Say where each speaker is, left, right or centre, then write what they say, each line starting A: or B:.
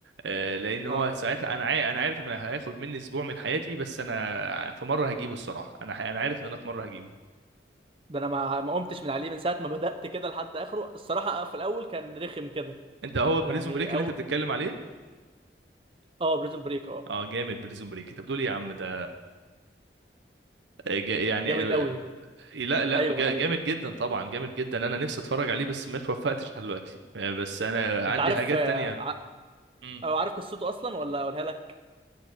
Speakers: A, on the right (about 80°); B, on the right (about 30°).
A: آه، لان هو
B: اه
A: ساعتها انا عا... انا عارف انه هياخد مني اسبوع من حياتي بس انا في مره هجيبه الصراحه انا ح- انا عارف ان انا في مره هجيبه
B: ده انا ما ما قمتش من عليه من ساعه ما بدات كده لحد اخره الصراحه آه، في الاول كان رخم كده
A: انت هو بريزون
B: يعني
A: بريك اللي
B: او
A: انت بتتكلم عليه
B: اه بريزون بريك اه
A: اه جامد بريزون بريك انت بتقول ايه يا عم ده آه، جا- يعني
B: جامد
A: آه،
B: قوي
A: لا لا
B: ايوه
A: بجا-
B: ايوه
A: جامد جدا طبعا جامد جدا انا نفسي اتفرج عليه بس ما اتوفقتش لحد دلوقتي آه، بس انا
B: انت
A: عندي
B: عارف
A: حاجات
B: آه،
A: تانية
B: ع-
A: مم.
B: او عارف قصته اصلا ولا اقولها لك